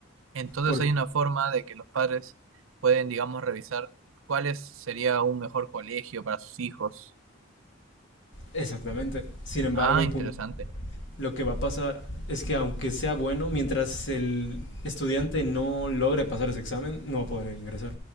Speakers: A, on the right; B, on the left.
A: Entonces
B: por
A: hay una forma de que los padres pueden, digamos, revisar cuál es- sería un mejor colegio para sus hijos.
B: exactamente sin embargo
A: Ah,
B: el
A: interesante.
B: punto lo que va a pasar es que aunque sea bueno, mientras el estudiante no logre pasar ese examen, no va a poder ingresar.